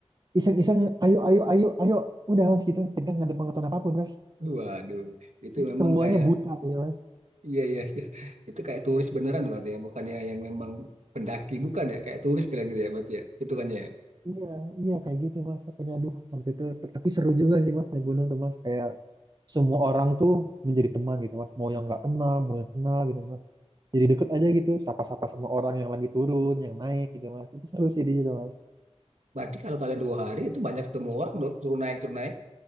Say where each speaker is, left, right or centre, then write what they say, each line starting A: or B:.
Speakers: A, on the right; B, on the right.
A: iseng-iseng. Ayo, ayo, ayo, ayo. Udah mas kita kita nggak ada pengetahuan apapun mas.
B: Waduh, itu memang
A: Semuanya
B: kayak
A: buta gitu mas.
B: iya iya iya. Itu kayak turis beneran tuh berarti ya, bukannya yang memang pendaki bukan ya, kayak turis kalian gitu ya berarti ya. Itu kan ya.
A: Iya, iya kayak gitu mas. Takutnya aduh sampai itu. Tapi seru juga sih mas naik gunung tuh mas. Kayak semua orang tuh menjadi teman gitu mas. Mau yang nggak kenal, mau yang kenal gitu mas. jadi deket aja gitu sapa-sapa sama orang yang lagi turun yang naik gitu mas itu seru sih di situ mas
B: Berarti kalau kalian dua hari itu banyak ketemu orang dong, turun naik turun naik.